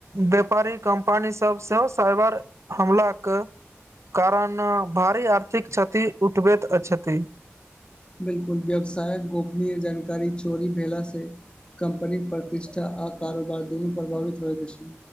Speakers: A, on the right; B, on the left.
A: व्यापारी कम्पनी सब से साइबर हमलाक कारण भारी आर्थिक क्षति उठबैत छथि
B: बिल्कुल व्यवसायक गोपनीय जानकारी चोरी भेला से कम्पनीक प्रतिष्ठा आ कारोबार दुनू प्रभावित होइत अछि